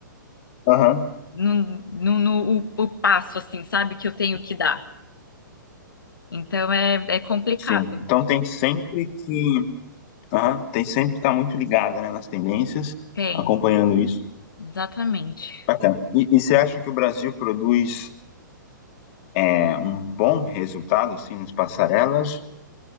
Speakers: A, on the left; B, on the left.
A: Aham.
B: no, no, no- o, o passo assim, sabe? Que eu tenho que dar. Então é, é complicado.
A: Sim. Então tem sempre que. Aham. Tem sempre que estar muito ligada, né, nas tendências,
B: Tem,
A: acompanhando isso.
B: exatamente.
A: Bacana. E, e você acha que o Brasil produz é, um bom resultado, assim, nas passarelas?